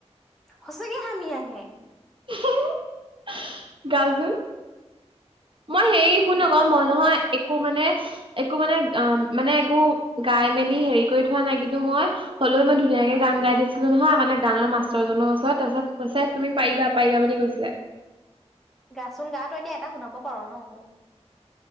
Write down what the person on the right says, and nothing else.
<unintelligible> গাচোন মই হেৰি শুনক
মই নহয় একো মানে একো মানে অ' মানে একো গাই মেলি হেৰি কৰি থোৱা নাই কিন্তু মই হ'লেও মই ধুনীয়া কে গান গাই দিছিলো নহয় মানে গানৰ মাষ্টৰজনৰ ওচৰত, তাৰপিছত কৈছে তুমি পাৰিবা, পাৰিবা বুলি কৈছিলে।